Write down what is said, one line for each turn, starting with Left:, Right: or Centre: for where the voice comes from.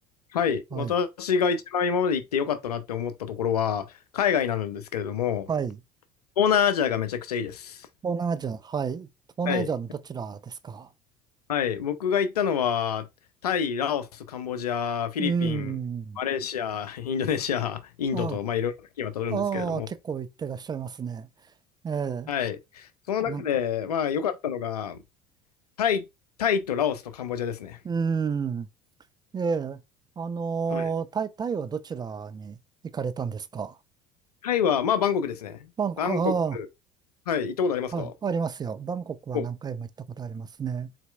Left: はい。
Right: はい。
Left: 私が一番今まで行ってよかったなって思ったところは、海外なんですけれども、
Right: はい。
Left: 東南アジアがめちゃくちゃいいです。
Right: 東南アジア、はい。東南アジアのどちらですか
Left: はい。はい。僕が行ったのは、タイ、ラオス、カンボジア、フィリピン、
Right: うーん。
Left: マレーシア、インドネシア、インドと、
Right: あ
Left: まあ、いろいろ今渡るんですけれども、
Right: あ、ああ、結構行ってらっしゃいますね。ええ、
Left: はい。その中で、
Right: なんか、
Left: まあ、良かったのが、タイ、タイとラオスとカンボジアですね。
Right: うーん。ええ、あのータイ、
Left: はい。
Right: タイはどちらに行かれたんですか
Left: タイは、まあ、バンコクですね。
Right: バンコク、
Left: バンコク、
Right: あ
Left: はい。行ったことありますか
Right: あ、はい、ありますよ。バンコクは何回も行ったことありますね。
Left: お、